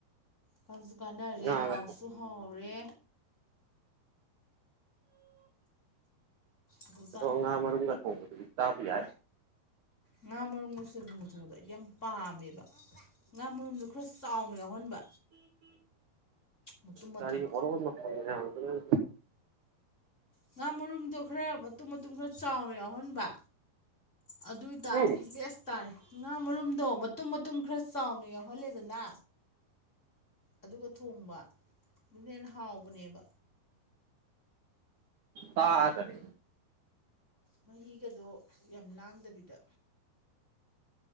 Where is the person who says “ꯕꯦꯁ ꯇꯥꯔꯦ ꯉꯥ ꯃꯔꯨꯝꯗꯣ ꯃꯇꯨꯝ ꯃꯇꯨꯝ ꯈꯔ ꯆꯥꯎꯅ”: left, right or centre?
Left